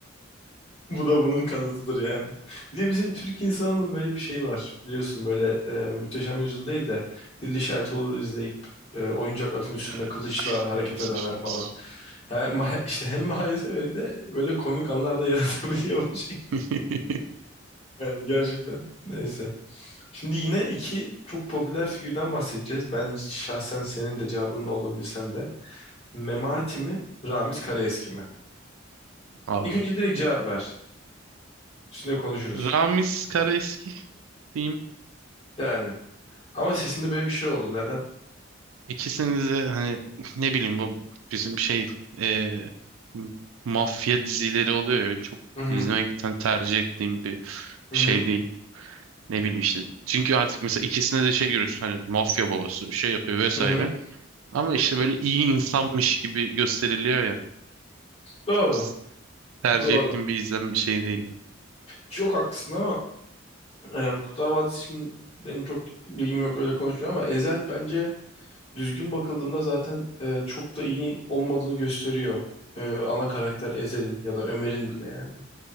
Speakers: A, on the left; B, on the right.
A: Bu da bunun kanıtıdır yani. Bir de bizim Türk insanının böyle bir şeyi var. Biliyorsun böyle e, Muhteşem Yüzyıl değil de Dilli Şerit Olur izleyip e, oyuncak atın üstünde
B: Ya,
A: kılıçla hareket
B: maalesef
A: edenler
B: maalesef.
A: falan. Yani, ma- <laughs> işte hem maalesef hem de böyle komik anlar da <laughs> yaratabiliyor bu şey.
B: <laughs>
A: Yani gerçekten neyse. Şimdi yine iki çok popüler figürden bahsedeceğiz. Ben şahsen senin de cevabının olduğunu bilsem de. Memati mi, Ramiz Karaeski mi?
B: Abi.
A: İlk önce direkt cevap ver. Üstüne konuşuruz.
B: Ramiz Karaeski diyeyim.
A: Yani Ama sesinde böyle bir şey oldu. Neden?
B: İkisini de hani <laughs> ne bileyim bu bizim şey e, mafya dizileri oluyor ya benim çok
A: Hı hı.
B: izlemekten tercih ettiğim bir
A: Hı
B: şey
A: hı.
B: değil. Ne bileyim işte. Çünkü artık mesela ikisine de şey görüyorsun hani mafya babası şey yapıyor vesaire.
A: Hı hı.
B: Ama işte böyle iyi insanmış gibi gösteriliyor ya.
A: Doğru.
B: Çok s- tercih
A: Doğru.
B: ettiğim bir izlem bir şey değil.
A: Çok haklısın ama e, Kurtlar Vadisi için benim çok bilgim yok öyle konuşmuyorum ama Ezel bence düzgün bakıldığında zaten e, çok da iyi olmadığını gösteriyor. E, ana karakter Ezel'in ya da Ömer'in bile yani.